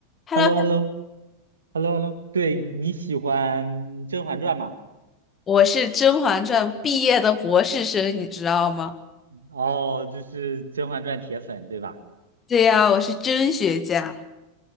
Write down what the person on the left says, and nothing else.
Hello，
我是《甄嬛传》毕业的博士生，你知道吗？
对呀，我是甄学家。